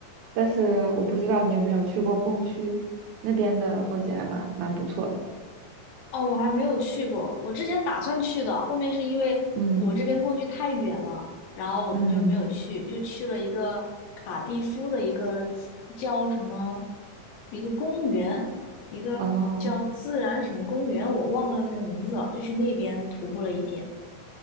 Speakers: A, on the right; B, on the left.
A: 但是我不知道你有没有去过风区，那边的风景还蛮蛮不错的。
B: 哦，我还没有去过，我之前打算去的，后面是因为我这边过去太远了，
A: 嗯
B: 然后我们就没有去，
A: 嗯，
B: 就去了一个卡蒂夫的一个自叫什么，一个公园，一个叫自然什么公园，
A: 哦，
B: 我忘了那个名字了，就去那边徒步了一天。